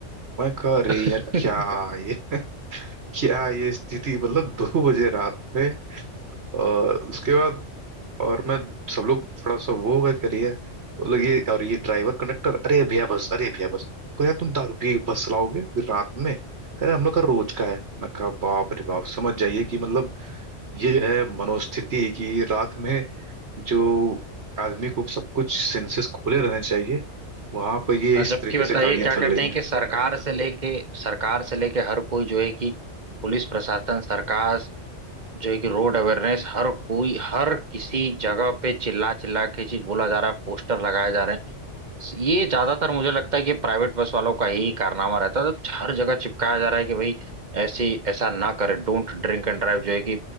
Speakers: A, on the right (about 65°); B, on the right (about 40°).
A: मैं कह अरे
B: <laughs>
A: यार क्या ये <laughs> क्या ये स्थिति मतलब दो बजे रात में और उसके बाद और मैं सब लोग थोड़ा सा वो होगा कि अरे यार वो लोग ये और ये ड्राइवर कंडक्टर अरे भैया बस अरे भैया बस कह यार तुम दारू पी के बस चलाओगे फिर रात में कह रहे हम लोग का रोज का है मैं कहा बाप रे बाप समझ जाइए कि मतलब ये है मनोस्थिति कि रात में जो आदमी को सब कुछ सेंसेस खुले रहने चाहिए वहां पर ये
B: और
A: इस
B: जबकि
A: तरीके
B: बताइए
A: से गाड़ियां
B: क्या
A: चल
B: कहते
A: रही
B: हैं
A: हैं
B: कि सरकार से लेके सरकार से लेके हर कोई जो है कि पुलिस प्रशासन सरकार जो है कि रोड अवेयरनेस हर कोई हर किसी जगह पे चिल्ला चिल्ला के चीज बोला जा रहा है पोस्टर लगाए जा रहे हैं ये ज्यादातर मुझे लगता है कि प्राइवेट बस वालों का ही कारनामा रहता है तो हर जगह चिपकाया जा रहा है कि भाई ऐसी ऐसा ना करे डोंट ड्रिंक एंड ड्राइव जो है कि